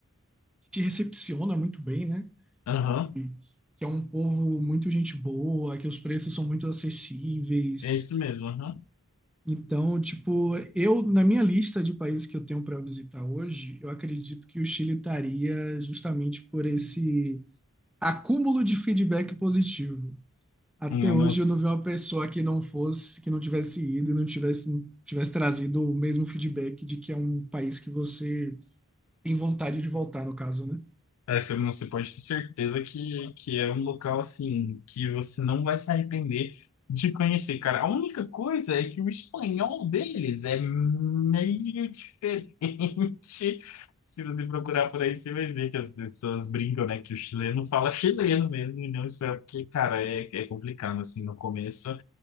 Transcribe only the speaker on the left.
Aham,
é isso mesmo, aham.
Ah,
Nossa,
É, filme, você pode ter certeza que, que é um local assim que você não vai se arrepender de conhecer, cara. A única coisa é que o espanhol deles é meio diferente. <laughs> Se você procurar por aí, você vai ver que as pessoas brincam, né? Que o chileno fala chileno mesmo e não espanhol, porque, cara, é, é complicado assim no começo.